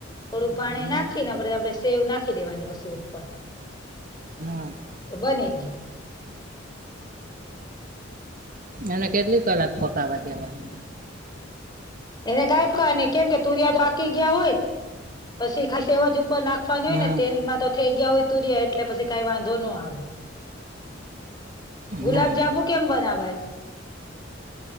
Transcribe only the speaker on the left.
થોડું પાણી
નાખીને આપડ આપણે સેવ નાખી દેવાની પછી ઉપર
તો બની ગયું.
<inaudible> <inaudible> એને ક ન કેમ કે તુરિયા તો આકી ગયા હોય પછી ખ ઉપર નાખવાની હોય
ને તેલમાં તો થઈ ગયા હોય તુરીયા એટલે પછી કઈ વાંધો ન આવે ગુલાબજાંબુ
કેમ બનાવાય?